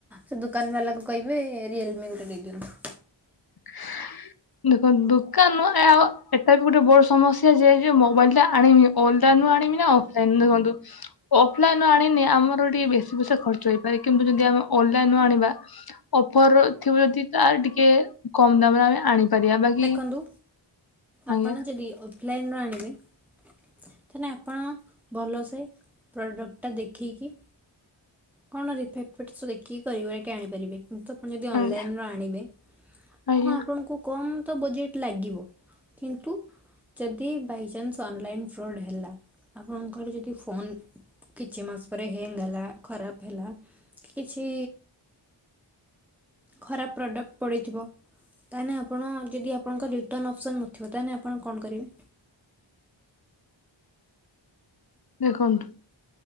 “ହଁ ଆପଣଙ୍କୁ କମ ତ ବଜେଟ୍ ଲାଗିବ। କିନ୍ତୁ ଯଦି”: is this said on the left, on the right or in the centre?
Centre